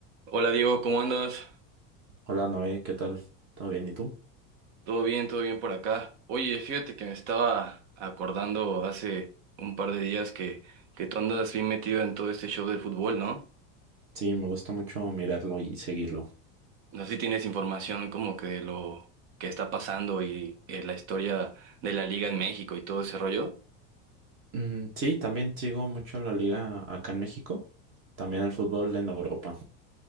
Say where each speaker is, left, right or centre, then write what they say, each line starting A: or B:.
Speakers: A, on the right; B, on the right.
A: Hola Diego, ¿cómo andas?
B: Hola Noé, ¿qué tal? ¿Todo bien? ¿Y tú?
A: ¿Todo bien? ¿Todo bien por acá? Oye, fíjate que me estaba acordando hace un par de días que, que tú andas bien metido en todo este show del fútbol, ¿no?
B: Sí, me gusta mucho mirarlo y seguirlo.
A: No sé si tienes información como que de lo que está pasando y eh, la historia de la liga en México y todo ese rollo.
B: Mm, sí, también sigo mucho la liga acá en México, también el fútbol en Europa.